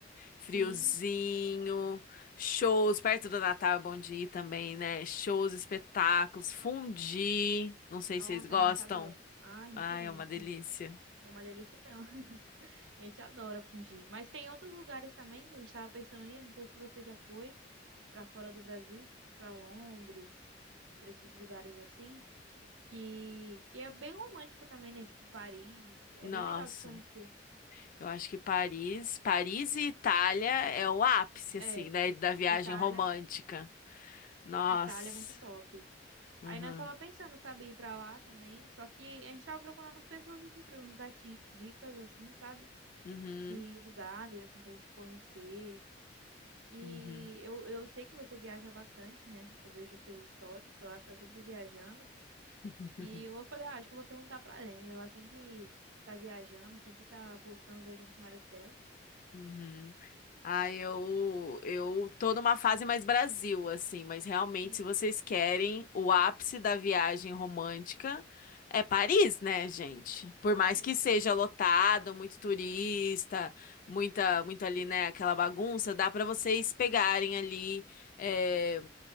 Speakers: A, on the left; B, on the right.
A: Friozinho,
B: Sim,
A: shows, perto do Natal é bom de ir também, né? Shows, espetáculos, fundi, não sei
B: nossa,
A: se vocês gostam.
B: a gente adora. Ah, a gente
A: Ah,
B: ama
A: é uma
B: fundir.
A: delícia.
B: É uma delícia mesmo. <laughs> A gente adora fundir. Mas tem outros lugares também que a gente tava pensando em ir. Não sei se você já foi pra fora do Brasil, tipo pra Londres, pra esses lugares assim. Que, que é bem romântico também, né? Tipo Paris. É
A: Nossa,
B: bem legal de conhecer.
A: eu acho que Paris, Paris e Itália é o ápice, assim,
B: É,
A: né, da viagem
B: Itália.
A: romântica. Nossa.
B: Itália é muito top.
A: Uhum.
B: Aí nós tava pensando, sabe, ir pra lá também. Só que a gente tava procurando pessoas assim pra nos dar ti- dicas, assim, sabe?
A: Uhum.
B: De lugares, assim, pra gente conhecer. E
A: Uhum.
B: eu, eu sei que você viaja bastante, né? Eu vejo seus stories, sei lá, tá sempre viajando.
A: <laughs>
B: E eu falei, ah, acho que eu vou perguntar pra Lene. Ela sempre tá viajando, sempre tá postando, viajando com o marido dela.
A: Uhum. Ah, eu, eu tô numa fase mais Brasil, assim, mas realmente,
B: Sim,
A: se vocês querem o ápice da viagem romântica, é Paris, né, gente? Por
B: Paris.
A: mais que seja lotado, muito turista, muita, muito ali, né, aquela bagunça, dá pra vocês pegarem ali, é,